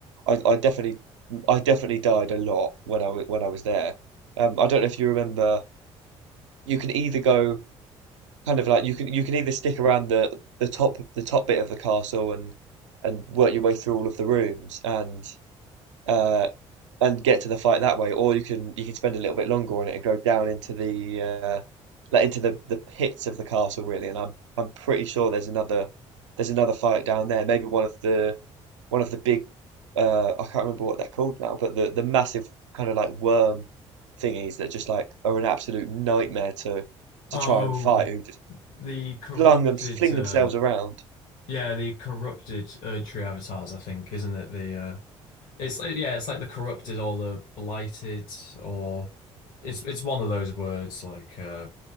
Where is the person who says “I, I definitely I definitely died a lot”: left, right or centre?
Right